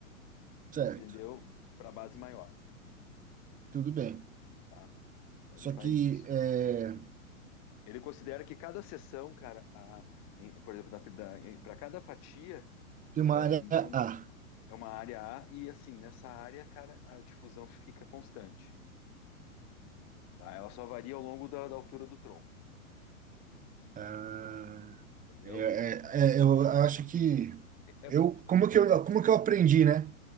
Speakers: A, on the right; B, on the left.
A: certo.
B: entendeu? Para a base maior,
A: Tudo bem.
B: tá? Então ele
A: Só
B: faz
A: que
B: isso.
A: é,
B: Ele considera que cada seção, cara, a- em- por exemplo, para cada fatia,
A: tem
B: você
A: uma
B: vai
A: área
B: andando,
A: A.
B: é uma área A e assim, nessa área, cara, a difusão fica constante, tá? Ela só varia ao longo da, da altura do tronco,
A: Ah,
B: entendeu?
A: é- é- é- eu acho que
B: É, é-
A: eu, como que eu, como que eu aprendi, né?